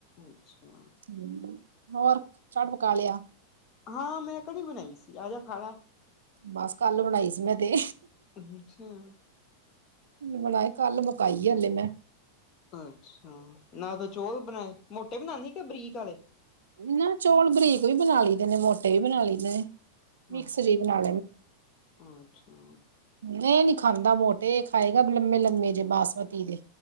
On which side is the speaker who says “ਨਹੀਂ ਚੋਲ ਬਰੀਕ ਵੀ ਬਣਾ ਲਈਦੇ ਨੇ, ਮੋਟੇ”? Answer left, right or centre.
Right